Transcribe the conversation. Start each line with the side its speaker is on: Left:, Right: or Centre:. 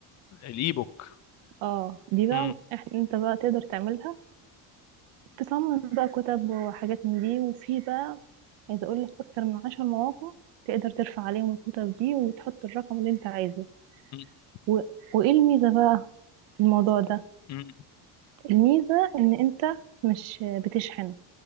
Left: الاي بوك
Right: اه دي بقى
Left: امم
Right: إح- انت بقى تقدر تعملها تصمم بقى كتب وحاجات من دي وفي بقى عايزة أقول لك أكتر من عشر مواقع تقدر ترفع عليهم الكتب دي وتحط الرقم اللي انت عايزه
Left: أمم،
Right: و... وإيه الميزة بقى في الموضوع ده
Left: أمم.
Right: الميزة إن انت مش بتشحن